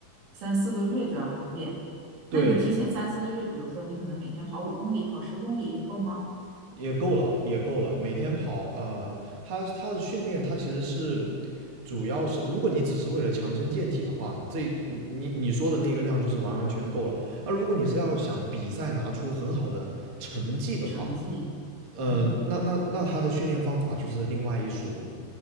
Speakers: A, on the right (about 75°); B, on the right (about 35°).
A: 三四个月就要练。
B: 对，
A: 那你提前三四个月，比如说你可能每天跑五公里、跑十公里够吗？
B: 也够了，也够了。每天跑，呃，他他的训练，他其实是主要是，如果你只是为了强身健体的话，这你你说的那个量就是完完全够了。而如果你是要想比赛拿出很好的成绩的话，
A: 嗯，成绩，
B: 呃，
A: 嗯。
B: 那那那他的训练方法就是另外一说。